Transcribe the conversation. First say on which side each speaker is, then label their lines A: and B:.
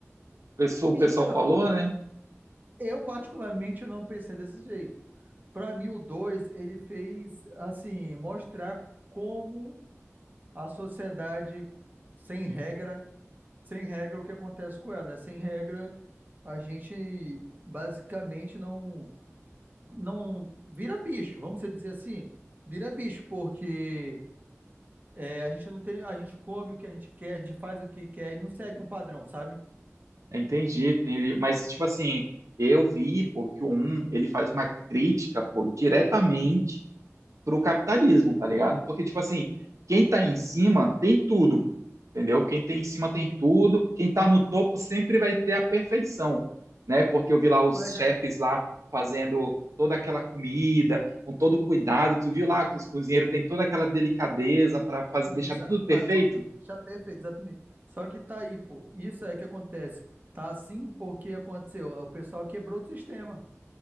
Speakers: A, on the right; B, on the right.
A: pessoa- o
B: Então,
A: pessoal falou, né?
B: eu particularmente não pensei desse jeito. Para mim, o 2, ele fez, assim, mostrar como a sociedade sem regra Sem regra, o que acontece com ela, né? Sem regra, a gente basicamente não não vira bicho, vamos dizer assim, vira bicho, porque é, a gente não tem, a gente come o que a gente quer, a gente faz o que quer e não segue um padrão, sabe?
A: Entendi, entendi. Mas, tipo assim, eu vi, pô, que o um ele faz uma crítica, pô, diretamente pro capitalismo, tá ligado? Porque, tipo assim, quem tá em cima tem tudo, entendeu? Quem tem em cima tem
B: Sim.
A: tudo, quem tá no topo sempre vai ter a perfeição, né? Porque eu vi lá os
B: Mas
A: chefes
B: é,
A: lá fazendo toda aquela comida, com todo o cuidado. Tu viu lá que os cozinheiros têm toda aquela delicadeza para fazer, deixar
B: exato,
A: tudo perfeito?
B: já perfeito, exatamente. Só que tá aí, pô, isso é que acontece. Tá assim porque aconteceu, o pessoal quebrou o sistema.